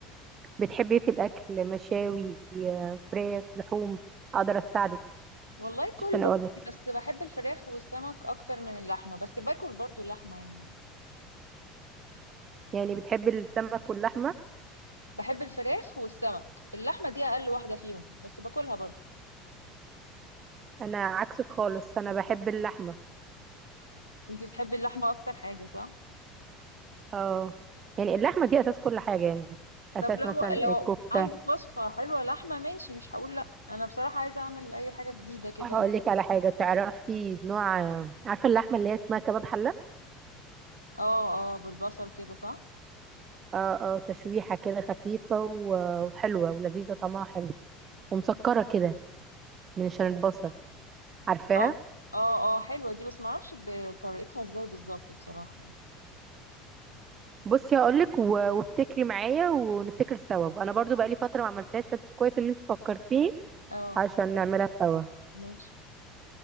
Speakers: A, on the right; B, on the left.
A: بتحبي ايه في الاكل مشاوي آه، فراخ لحوم اقدر اساعدك
B: والله كله
A: عشان اقول لك
B: بس بحب الفراخ والسمك أكتر من اللحمة بس باكل برضو اللحمة يعني
A: يعني بتحبي السمك واللحمه
B: بحب الفراخ والسمك اللحمة دي أقل واحدة فيهم بس باكلها برضو
A: انا عكسك خالص انا بحب اللحمه
B: انتي بتحبي اللحمة أكتر حاجة صح؟
A: اه يعني اللحمه دي اساس كل حاجه يعني اساس
B: طب لو
A: مثلا
B: لو
A: الكفته
B: عندك وصفة حلوة لحمة ماشي مش هقول لأ أنا بصراحة عايزة أعمل أي حاجة جديدة كده
A: هقول لك على حاجه تعرفي نوع عارفه اللحمه اللي هي اسمها كباب حله
B: اه اه بالبصل كده صح؟
A: اه اه تشويحه كده خفيفه و- وحلوه ولذيذه طعمها حلو ومسكره كده من عشان البصل عارفاها
B: اه اه اه حلوة دي بس معرفش بطريقتها ازاي بالظبط بصراحة يعني
A: بصي هقولك و- وافتكري معايا ونفتكر سوا انا برضو بقالي فتره ما عملتهاش فانت كويس ان انت فكرتيني
B: اه
A: عشان نعملها سوا
B: ماشي